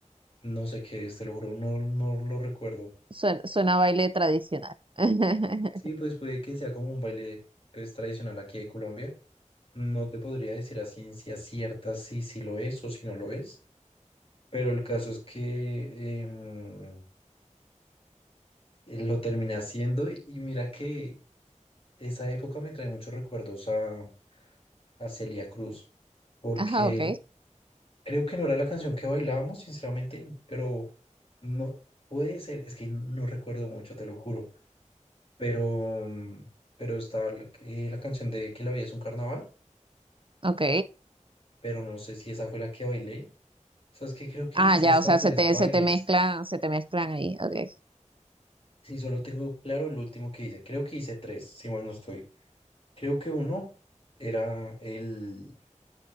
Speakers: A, on the left; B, on the right.
A: No sé qué es, te lo juro, no, no lo recuerdo.
B: Suena, suena a baile tradicional. <laughs>
A: Sí, pues puede que sea como un baile pues, tradicional aquí de Colombia. No te podría decir a ciencia cierta si, si lo es o si no lo es, pero el caso es que em, eh, lo terminé haciendo y, y mira que esa época me trae muchos recuerdos a, a Celia Cruz, porque
B: Ajá, ok,
A: creo que no era la canción que bailábamos, sinceramente, pero no puede ser, es que no recuerdo mucho, te lo juro, pero, mm, pero estaba la, eh, la canción de Que la vida es un carnaval.
B: ok.
A: pero no sé si esa fue la que bailé. O sea, es que creo que
B: Ah,
A: hice
B: ya,
A: hasta
B: o sea,
A: tres
B: se te,
A: bailes.
B: se te mezclan, se te mezclan ahí, ok.
A: Si solo tengo claro el último que hice. Creo que hice tres, si mal no estoy. Creo que uno era el,